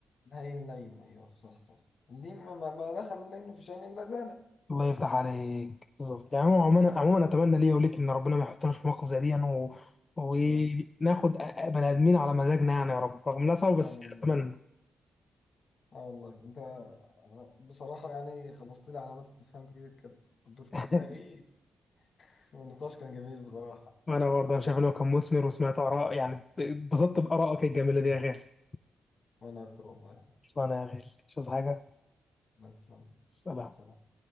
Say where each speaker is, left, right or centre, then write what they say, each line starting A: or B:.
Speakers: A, on the left; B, on the left.
A: لين لين ايوه صح صح اللين ما, ما ما دخل اللين في شأن الا زانه
B: الله يفتح عليك بالظبط يعني هو عموما عموما اتمنى ليا وليك ان ربنا ما يحطناش في موقف زي دي يعني و... وناخد
A: اه
B: بني ادمين على مزاجنا يعني يا رب رغم انها صعبه بس
A: اه والله
B: اتمنى
A: اه والله انت بصراحه يعني خلصت لي علامات استفهام كتير كانت بتدور
B: <laughs>
A: في دماغي والنقاش كان جميل بصراحة
B: وانا برضه انا شايف ان هو كان مثمر وسمعت اراء يعني اتبسطت بارائك الجميله دي يا غالي
A: وأنا أكتر والله
B: خلصانة يا غالي مش عايز حاجة
A: تسلم
B: سلام
A: سلام